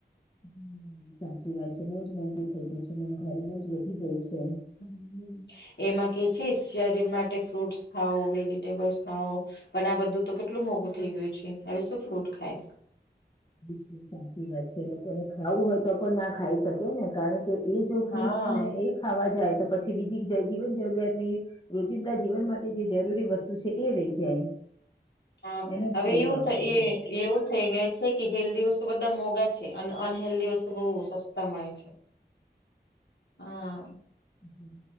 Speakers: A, on the left; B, on the left.
A: હમમ અ સાચી વાત છે બઉ જ મોઘું થઇ ગયું છે. મોંઘવારી બઉ જ વધી ગઈ છે.
B: <inaudible> એમાં કે છે શરીર માટે ફ્રૂટ્સ ખાઓ વેજીિટેબલ્સ ખાઓ પણ આ બધું તો કેટલું મોઘું થઈ ગયું છે. હવે શું ફ્રૂટ ખાય.
A: <unintelligible> સાચી વાત છે. લોકોને ખાવું હોય તો પણ ના ખાઈ શકે ને કારણ કે એ જો ફ્રૂટ્સ
B: હા
A: ને એ ખાવા જાય તો પછી બીજી જીવન જરૂરિયાતની, રોજિંદા જીવન માટે જે જરૂરી વસ્તુ છે એ રહી જાય.
B: હા
A: એનો
B: હવે
A: ભોગ
B: એવું
A: આપવો
B: થ
A: પડે.
B: એ એવું થઈ ગય છે કે હેલ્દી વસ્તુ બધા મોગા છે અન અન હેેલ્દી વસ્તુ બોવ સસ્તા મળે છે. હા
A: હમ.